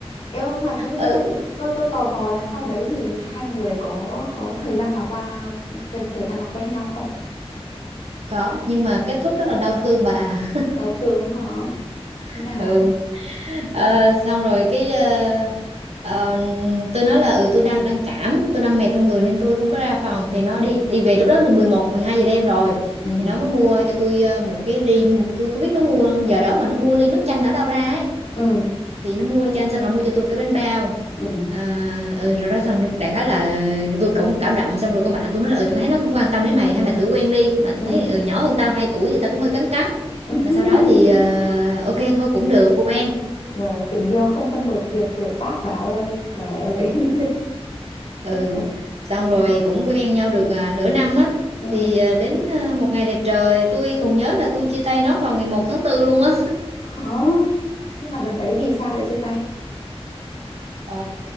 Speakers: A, on the left (about 70°); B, on the right (about 80°).
A: Em ơi mà tôi tôi
B: ừ
A: tôi tôi tôi tò mò là sau đấy thì hai người có có thời gian nào qua thời, thời gian nào quen nhau không?
B: có nhưng mà kết thúc rất là đau thương bà à.
A: Giao thương hả?
B: <laughs>
A: Như nào?
B: ừ Ờ, xong rồi cái ờ, ờ, tôi nói là ừ tôi đang đang cảm tôi đang mệt trong người nên tôi không có ra phòng thì nó
A: Ừ
B: đi đi về lúc đó là mười một mười hai giờ đêm rồi
A: ừ
B: thì nó mới mua cho tôi ờ, một cái ly tôi không biết nó mua giờ đó mà nó mua ly nước chanh ở đâu ra ấy
A: ừ
B: thì nó mua cho anh xong rồi mua cho tôi cái bánh bao
A: ừ
B: à, ừ, rồi đó xong đại khái là tôi cũng cảm động xong rồi con bạn tôi nói là ừ tôi thấy nó cũng quan tâm đến mày hay mày thử quen đi mà
A: ừ.
B: thấy ừ nhỏ hơn tao 2 tuổi thì tao cũng hơi cắn cắn
A: <laughs>
B: mà sau đó thì ờ, ok thôi cũng được quen
A: Rồi tình yêu không phân biệt biệt tuổi tác bà ơi. Trời ơi. <laughs>
B: ừ
A: Đã-
B: xong
A: đã.
B: rồi cũng quen nhau được à, nửa năm á
A: Ừ.
B: thì à, đến à, một ngày đẹp trời tôi còn nhớ là tôi chia tay nó vào ngày một tháng tư luôn á
A: <laughs> Hả? Nhưng mà đợt đấy vì sao lại chia tay?
B: Ờ,